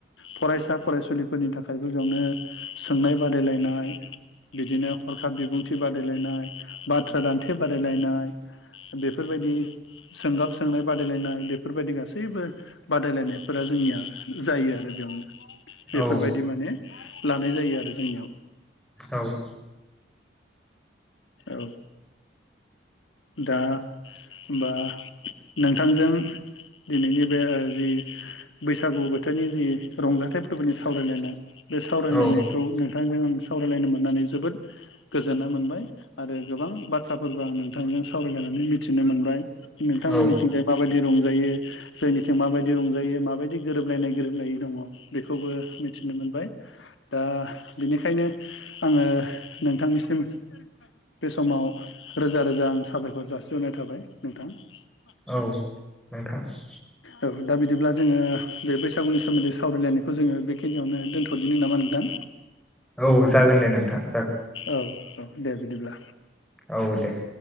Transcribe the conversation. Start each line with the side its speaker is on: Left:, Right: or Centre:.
Left: फरायसा फरायसुलिफोरनि थाखायबो बेयावनो सोंनाय बादायलायनाय। बिदिनो हरखाब बिबुं थि बादायलायनाय बाथ्रा दान्थे बादायलायनाय। बेफोरबायदि सोंगाब सोंनाय बादायलायनाय बेफोरबायदि गासैबो बादायलायनायफोरा जोंनिया जायो आरो बेयावनो। बेफोरबायदि
Centre: औ
Left: माने ला नाय जायो आरो जोंनियाव।
Centre: औ। <inaudible>
Left: औ दा होमब्ला नोंथांजों दिनैनि बे जि बैसागु बोथोरनि जि रंजाथाइ फोरबोनि सावरायलायनाय। बे सावरायलायनायखौ
Centre: औ
Left: नोंथांजों आं सावरायलायनो मोननानै जोबोद गोजोन्नाय मोनबाय। आरो गोबां बाथ्राफोरबो आं नोंथांजों सावरायलायनानै मिथिनो मोनबाय। नोंथांमोननिथिंजाय
Centre: औ
Left: माबायदि रंजायो जोंनिथिं माबायदि रंजायो माबायदि गोरोबलायनाय गोरोबलायै दङ। बेखौबो मिथिनो मोनबाय। दा बेनिखायनो आङो नोंथांनिसिम बे समाव रोजा रोजा आं साबायखर जासिहरनाय थाबाय नोंथां ।
Centre: औ नोंथां ।
Left: औ दा बिदिब्ला जोंङो बे बैसागुनि सोमोन्दै सावरायलायनायखौ जोंङो बेखिनियावनो दोन्थ'दिनो नामा नोंथां?
Centre: औ जागोन दे नोंथां ।
Left: औ दे बिदिब्ला
Centre: औ दे ।